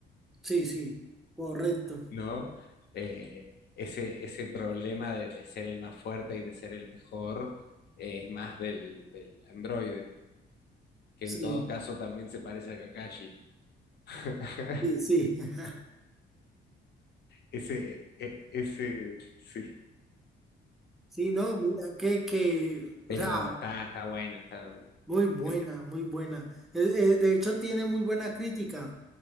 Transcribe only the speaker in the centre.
sí, sí, correcto.
Sí,
sí, sí. <laughs>
Sí, no, mira, que, que, o
sea,
muy buena,
muy buena. Es- es- de hecho, tiene muy buena crítica